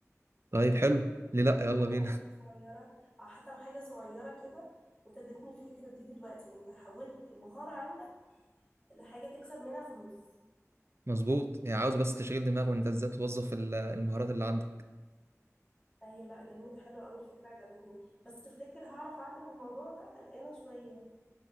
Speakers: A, on the right; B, on the left.
A: طيب حلو ليه لا يلا
B: حتى
A: بينا
B: لو حاجة
A: <laughs>
B: صغيرة او حتى لو حاجة صغيرة كده انت اديتني الفكرة دي دلوقتي انت حولت المهارة عندك لحاجة تكسب منها فلوس
A: مظبوط يعني عاوز بس تشغيل دماغ وانت ازاي توظف ال- المهارات اللي عندك
B: ايوه لا جميلة حلوة قوي الفكرة عجبتني بس تفتكر هعرف اعمل الموضوع ده قلقانة شوية